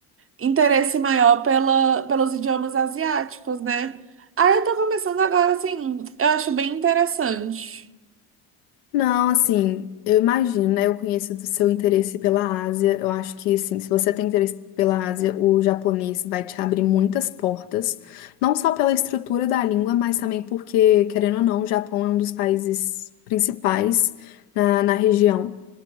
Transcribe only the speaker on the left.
Não, assim, eu imagino, né? Eu conheço do seu interesse pela Ásia. Eu acho que, assim, se você tem interesse pela Ásia, o japonês vai te abrir muitas portas. Não só pela estrutura da língua, mas também porque, querendo ou não, o Japão é um dos países principais na, na região.